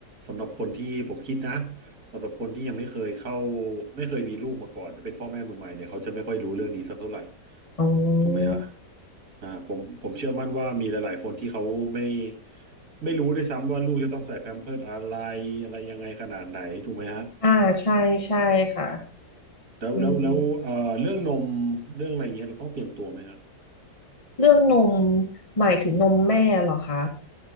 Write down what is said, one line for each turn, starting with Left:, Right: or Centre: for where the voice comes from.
Right: สำหรับคนที่ผมคิดนะสำหรับคนที่ยังไม่เคยเข้าไม่เคยมีลูกมาก่อนเป็นพ่อแม่มือใหม่เนี่ยเขาจะไม่ค่อยรู้เรื่องนี้สักเท่าไหร่
Left: อ๋อ
Right: ถูกไหมฮะอ่าผมผมเชื่อมั่นว่ามีหลายๆคนที่เขาไม่ไม่รู้ด้วยซ้ำว่าลูกจะต้องใส่แพมเพิร์สอะไรอะไรยังไงขนาดไหนถูกไหมฮะ
Left: อ่าใช่ใช่ค่ะ
Right: แล้วแล้วแล้วเอ่อเรื่องนม
Left: อืม
Right: เรื่องอะไรอย่างเงี้ยเราต้องเตรียมตัวไหมฮะ
Left: เรื่องนมหมายถึงนมแม่เหรอคะ